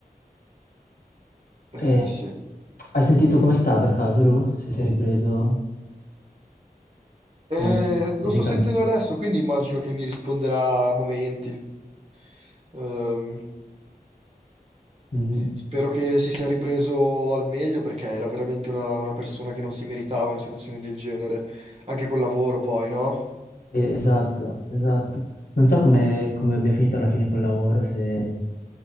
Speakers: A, on the right (about 40°); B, on the left (about 65°).
A: Eh,
B: E-
A: sì.
B: Hai sentito come sta per caso lui? Se si è ripreso
A: Eh,
B: come
A: lo
B: fisicamente?
A: sto sentendo adesso, quindi immagino che mi risponderà a momenti. Ehm,
B: Mhm.
A: spero che si sia ripreso al meglio perché era veramente una, una persona che non si meritava una situazione del genere, anche col lavoro poi, no?
B: Sì, esatto, esatto. Non so come, come abbia finito alla fine col lavoro, se,